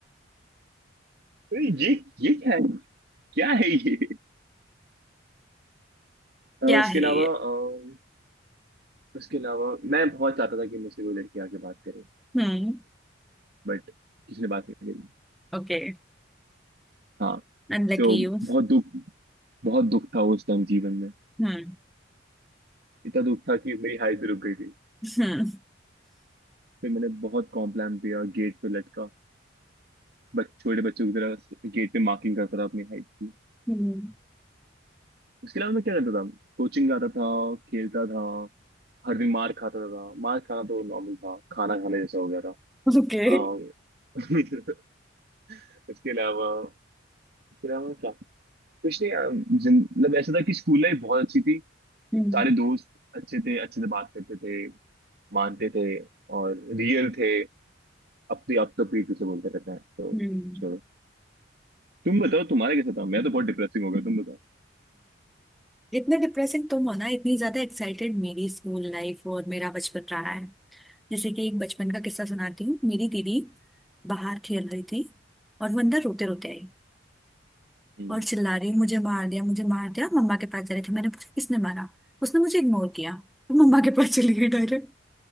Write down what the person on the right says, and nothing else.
अरे ये ये क्या है क्या है ये अ,
इसके
अलावा
अ, इसके अलावा मैं बहुत चाहता था कि मुझसे कोई लड़की आके बात करे
बट किसी ने बात नहीं करी
हाँ
तो
बहुत दुख बहुत दुख था उस टाइम जीवन में
इतना दुख था कि मेरी हाइट भी रुक गई थी
फिर मैंने बहुत कॉम्प्लान किया गेट पे लटका बच छोटे बच्चों की तरह गेट पे मार्किंग करता था अपनी हाइट की
उसके अलावा मैं क्या करता था कोचिंग जाता था खेलता था हर दिन मार खाता था मार खाना तो नॉर्मल था खाना खाने जैसा हो गया था
अ, <laughs> इसके अलावा इसके अलावा क्या कुछ नहीं अम, जिन- मतलब ऐसा था कि स्कूल लाइफ बहुत अच्छी थी
सारे दोस्त अच्छे थे अच्छे से बात करते थे मानते थे और रियल थे अब तो अब तो पीठ पीछे बोलते रहते हैं तो
छोड़ो तुम बताओ तुम्हारा कैसा था मैं तो बहुत डिप्रेसिंग हो गया तुम बताओ
हम्म